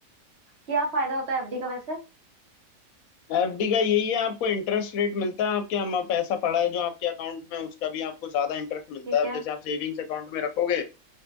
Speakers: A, on the right; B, on the left.
A: क्या फायदा होता है एफडी का वैसे
B: एफडी का यही है आपको इंटरेस्ट रेट मिलता है आपके यहाँ पैसा पड़ा है जो आपके अकाउंट में उसका भी आपको ज्यादा इंटरेस्ट मिलता
A: ठीक
B: है अब
A: है
B: जैसे आप सेविंग्स अकाउंट में रखोगे